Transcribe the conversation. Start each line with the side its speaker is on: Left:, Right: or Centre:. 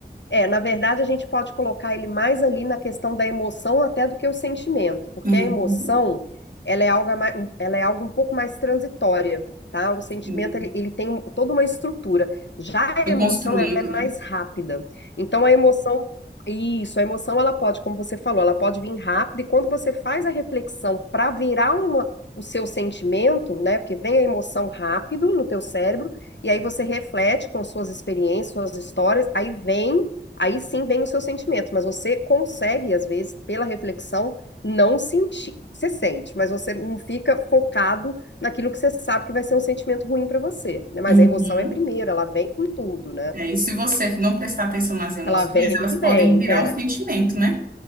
Left: É, na verdade, a gente pode colocar ele mais ali na questão da emoção até do que o sentimento, porque
Right: Uhum,
Left: a emoção, ela é algo, a mai- ela é algo um pouco mais transitória, tá? O sentimento,
Right: sim.
Left: ele, ele tem toda uma estrutura. Já
Right: Foi
Left: a emoção,
Right: construído,
Left: ela é mais
Right: né?
Left: rápida. Então, a emoção, isso, a emoção, ela pode, como você falou, ela pode vir rápida, e quando você faz a reflexão para virar uma, o seu sentimento, né? Porque vem a emoção rápido no teu cérebro, e aí você reflete com suas experiências, suas histórias, aí vem Aí sim vem o seu sentimento, mas você consegue, às vezes, pela reflexão, não sentir. Você sente, mas você não fica focado naquilo que você sabe que vai ser um sentimento ruim pra você, né? Mas
Right: Uhum.
Left: a emoção é primeiro, ela vem com tudo, né?
Right: É, E aí, se você não prestar atenção nas emoções,
Left: Ela vem
Right: elas
Left: que
Right: podem
Left: vem.
Right: virar
Left: <laughs> É.
Right: um sentimento, né?